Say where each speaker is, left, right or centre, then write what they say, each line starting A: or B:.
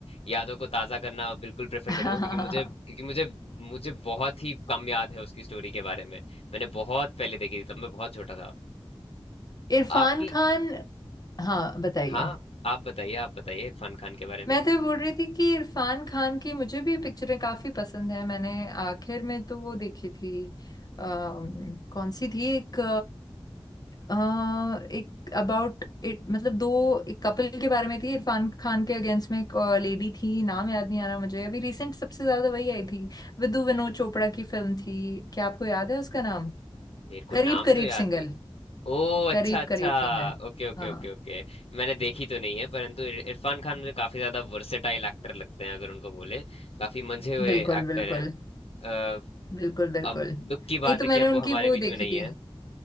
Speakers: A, on the left (about 85°); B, on the left (about 40°).
A: यादों को ताजा करना बिल्कुल प्रेफर
B: <laughs>
A: करूंगा क्योंकि मुझे क्योंकि मुझे मुझे बहुत ही कम याद है उसकी स्टोरी के बारे में मैंने बहुत पहले देखी थी तब मैं बहुत छोटा था
B: इरफान
A: आपकी
B: खान हाँ बताइए
A: हाँ आप बताइए आप बताइए इरफान खान के बारे में
B: मैं तो ये बोल रही थी कि इरफान खान की मुझे भी पिक्चरें काफी पसंद है मैंने आखिर में तो वो देखी थी अम, कौन सी थी एक अ, एक अबाउट इट मतलब दो एक कपल के बारे में थी इरफान खान के अगेंस्ट में एक लेडी थी नाम याद नहीं आ रहा मुझे अभी रिसेंट सबसे ज्यादा वही आई थी विदु विनोद चोपड़ा की फिल्म थी क्या आपको याद है उसका नाम
A: मेरे को
B: करीब
A: नाम
B: करीब
A: तो याद
B: सिंगल
A: नहीं ओ अच्छा
B: करीब
A: अच्छा
B: करीब सिंगल
A: Okay okay
B: हाँ
A: okay okay मैंने देखी तो नहीं है परंतु इर- इरफान खान मुझे काफी ज्यादा वर्सेटाइल एक्टर लगते हैं अगर उनको बोले काफी मंझे हुए
B: बिल्कुल
A: एक्टर
B: बिल्कुल
A: हैं अ,
B: बिल्कुल बिल्कुल
A: अब
B: नहीं
A: दुख की बात
B: तो
A: है
B: मैंने
A: कि अब
B: उनकी
A: वो हमारे
B: वो
A: बीच में
B: देखी
A: नहीं
B: थी
A: है